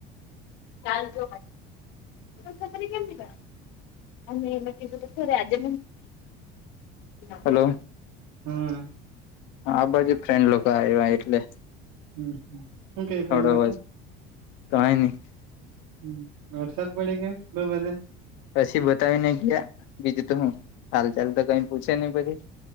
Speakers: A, on the left (about 75°); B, on the right (about 80°).
A: ચાલ તો તોતરી કેમી અને એ કીધું થોજે વા <unintelligible> હલો?
B: હમ
A: આ બાજુ ફ્રેન્ડ લોકો આવ્યા એટલે
B: હમ હું કઈ ફ્રેન્ડ
A: થોડો
B: લોકો
A: અવાજ કઈ નહી
B: હમ વરસાદ પડે કે બ બધા
A: પછી બતાવી ને ગયા બીજું તો હું, ચાલ ચાલ તો કઈ પૂછે નહી પછી,